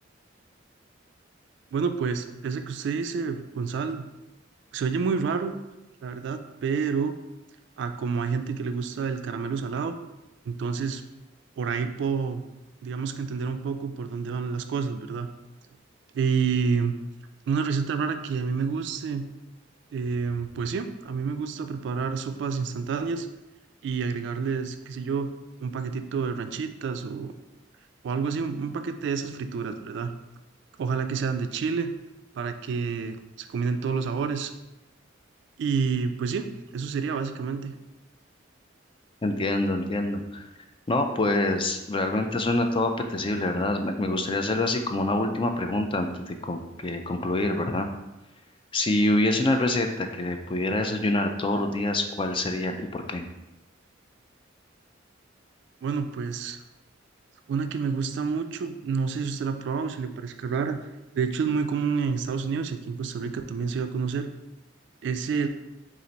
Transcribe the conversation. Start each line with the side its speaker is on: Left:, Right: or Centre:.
Right: Bueno, pues ese que usted dice con sal se oye muy raro, la verdad, pero a como hay gente que le gusta el caramelo salado, entonces por ahí puedo, digamos que entender un poco por dónde van las cosas, ¿verdad? Y una receta rara que a mí me guste. Em, pues sí, a mí me gusta preparar sopas instantáneas y agregarles, qué sé yo, un paquetito de ranchitas o, o algo así, un, un paquete de esas frituras, ¿verdad? Ojalá que sean de Chile para que se combinen todos los sabores. Y pues sí, eso sería básicamente.
Left: Entiendo, entiendo. No, pues realmente suena todo apetecible, ¿verdad? Me me gustaría hacerlo así como una última pregunta antes de con- que concluir, ¿verdad? Si hubiese una receta que pudiera desayunar todos los días, ¿cuál sería y por qué?
Right: Bueno, pues una que me gusta mucho, no sé si usted la ha probado, si le parece rara, de hecho es muy común en Estados Unidos y aquí en Costa Rica también se va a conocer, es